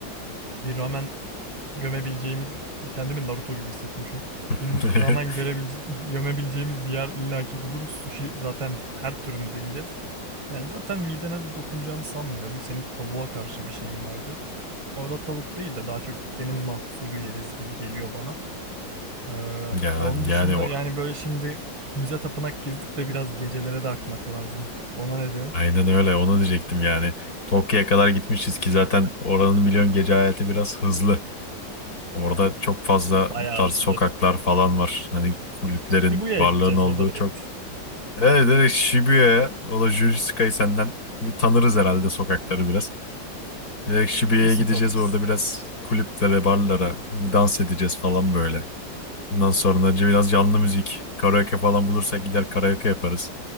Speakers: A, on the right (about 90°); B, on the left (about 50°).
A: Bir ramen gömebileceğimiz, kendimi Naruto gibi hissettim şu an.
B: <laughs>
A: Bir ramen görebilece- gömebileceğimiz bir yer illaki buluruz. Sushi zaten her türünü deneyeceğiz. Yani zaten midene de dokunacağını sanmıyorum. Senin tavuğa karşı bir şeyin vardı. Orada tavuk değil de daha çok deniz mahsulü yeriz gibi geliyor bana. Ee,
B: Ya,
A: onun
B: yani
A: dışında
B: o
A: yani böyle şimdi müze tapınak gezdik de biraz gecelere de akmak lazım. Ona ne diyorsun?
B: aynen öyle onu diyecektim yani. Tokyo'ya kadar gitmişiz ki zaten oranın milyon gece hayatı biraz hızlı. Orada çok fazla
A: Bayağı
B: bu tarz
A: hızlı.
B: sokaklar falan var. Hani kulüplerin,
A: Ibuya'ya
B: barların
A: gideceğiz
B: olduğu
A: baba direkt.
B: çok. Evet, evet Shibuya'ya o da Jujutsu Kaisen senden bir tanırız herhalde sokakları biraz. Direkt Şibiye'ye
A: Kesin
B: gideceğiz
A: tanırız.
B: orada biraz kulüplere, barlara dans edeceğiz falan böyle. Bundan sonra biraz canlı müzik, karaoke falan bulursak gider karaoke yaparız.